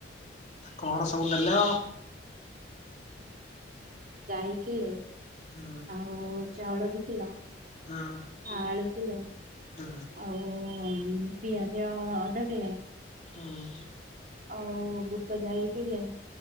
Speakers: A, on the left (about 35°); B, on the right (about 45°).
A: କଣ ସବୁ ନେଲ?
B: ଜାଇ କିଲେ
A: ହୁଁ।
B: ଆଉ ଚାଉଳ ଦି କିଲ,
A: ହଁ
B: ଆଳୁ କିଲେ
A: ହଁ
B: ଆଉ ଓ ଉମ୍ ପିଆଜ ଅଧ କିିଲେ
A: ହୁଁ।
B: ଆଉ ବୁଟ ଯାଇ କିଲେ।